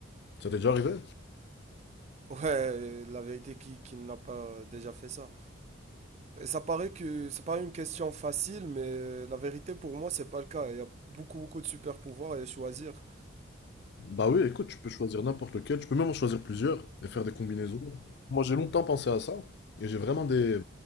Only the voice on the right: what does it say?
Ouais, la vérité, qui, qui n'a pas déjà fait ça? Et Ça paraît que ça paraît une question facile, mais la vérité pour moi, c'est pas le cas. Il y a beaucoup, beaucoup de super pouvoirs à choisir.